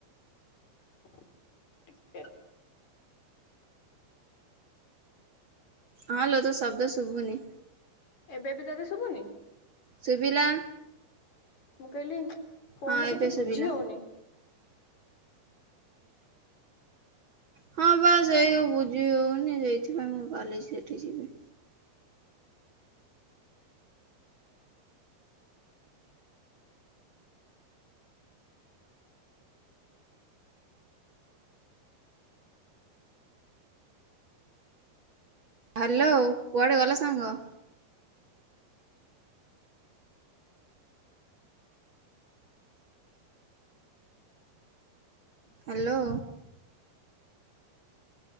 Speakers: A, on the left; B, on the right.
A: <inaudible> ଟିକେ ରଅ।
B: ହଁ ଲୋ ତୋ ଶବ୍ଦ ଶୁଭୁନି।
A: ଏବେ ବି ତୋତେ ଶୁଭୁନି?
B: ଶୁବିଲା।
A: ମୁଁ କହିଲି ଫୋନ୍
B: ହଁ
A: ରେ
B: ଏବେ
A: କିଛି
B: ଶୁଭିଲା।
A: ବୁଝି ହଉନି।
B: ହଁ ବା ସେଇ ସବୁ ବୁଝି ହଉନି ସେଇଥିପାଇଁ ମୁଁ କାଲି ସେଠି ଯିବି। ହାଲୋ କୁଆଡେ ଗଲ ସାଙ୍ଗ? ହ୍ୟାଲୋ।